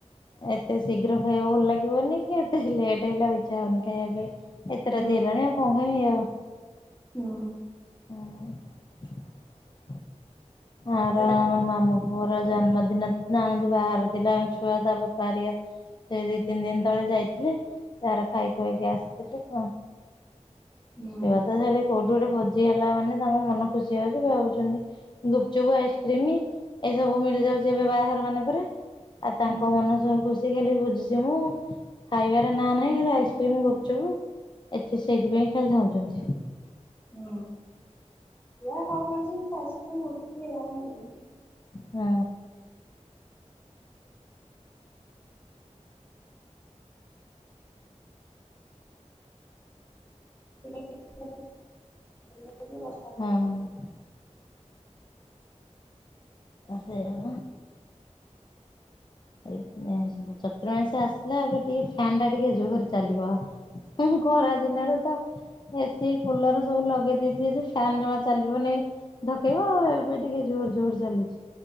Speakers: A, on the left (about 40°); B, on the left (about 20°).
A: ଏତେ ଶୀଘ୍ର ଖାଇବାକୁ ଭଲ ଲାଗିବନି କି ଏତେ ଲେଟ୍ ହେଲା ଆଉ ଇଛା ହଉନି ଖାଇବା ପାଇଁ। ଏତେ
B: ହୁଁ
A: ରାତି ହେଲାଣି ଆଉ କଣ ଖାଇବି ଏୟା ଆଉ।
B: ହୁଁ।
A: ହଁ। ଆର
B: ତାର
A: ଗାଁ ର ମାମୁଁ ମୋର ଜନ୍ମଦିନ ଥିଲା ଆମେ ତୀ ବାହାରେ ଥିଲା ଆମ ଛୁଆ ତା ବୋପା ହେରିକା ସେ ଦିଇ ତିନି ଦିନ ତଳେ ଯାଇଥିଲେ ତାର ଖାଇ ଖୁଆକି ଆସିଥିଲେ କଣ?
B: ହୁଁ
A: ସେଆ ତ ତାଲେ କୋଉଠି ଗୋଟେ ଭୋଜି ହେଲା ମାନେ ତାଙ୍କ ମନ ଖୁସି ହଉଛି ଭାବୁଛନ୍ତି। ଗୁପଚୁପ, ଆଇସ୍କ୍ରିମ ଏ ସବୁ ମିଳିଯାଉଛି ଏବେ ବାହାଘର ମାନଙ୍କରେ। ଆଉ ତାଙ୍କ
B: ହୁଁ
A: ମନ ସବ ଖୁସି। ଖାଲି ବୁଝିଛି ମୁଁ ଖାଇବାର ନାଁ ନାହିଁ ଖାଲି ଆଇସ୍କ୍ରିମ ଗୁପଚୁପ। ଏତେ ସେଇଥିପାଇଁ ଖାଲି ଧାଉଁଛନ୍ତି।
B: <unintelligible>
A: ହୁଁ।
B: <unintelligible>
A: ହଁ ସେୟା ପା। ଏ ଚତୁର୍ମାଂସ ଆସିଲା ଏବେ ଟିକେ ଫ୍ୟାନ ଟା ଟିକେ ଜୋହରେ ଚାଲିବ। ଖରା ଦିନରେ ତ ଏ ସିି କୁଲର ସବୁ ଲଗେଇ ଦେଇଥିବେ ଯେ ଫ୍ୟାନ ଜମା ଚାଲିବନି ଧକେଇବ। ଆଉ ଏବେ ଟିକେ ଯୋଉ ଜୋରେ ଚାଲୁଛି।